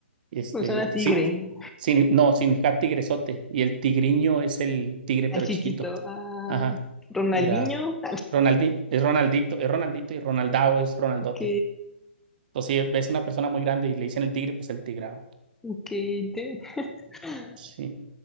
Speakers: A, on the right; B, in the centre.
A: Este,
B: me suena a tigre,
A: sí, sí, no, significa tigresote. Y el tigriño es el tigre, pero
B: a chiquito,
A: chiquito.
B: a
A: Ajá,
B: Ronaldinho.
A: tigrado.
B: <laughs>
A: Ronaldi, es Ronaldito, es Ronaldito y Ronaldao es Ronaldote.
B: Ok,
A: Entonces, si ves una persona muy grande y le dicen el tigre, pues el tigrado.
B: ok, te- <laughs>
A: Sí,